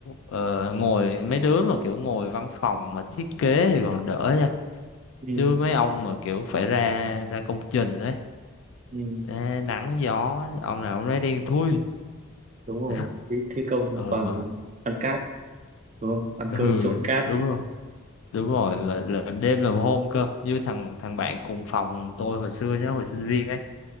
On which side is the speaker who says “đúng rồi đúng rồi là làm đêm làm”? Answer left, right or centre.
Left